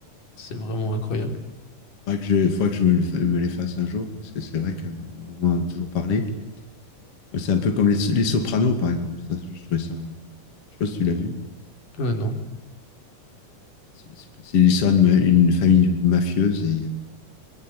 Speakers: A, on the left; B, on the left.
A: C'est vraiment incroyable.
B: Faudrait que je, faudrait que je me, le- me les fasse un jour, parce que c'est vrai qu'on en a toujours parlé. Ouais, C'est un peu comme les, les Sopranos, par exemple. Ça, je trouvais ça. Je sais pas si tu l'as vu.
A: Euh, non.
B: C'est c'est- c'est l'histoire d'une ma- une famille mafieuse et, euh,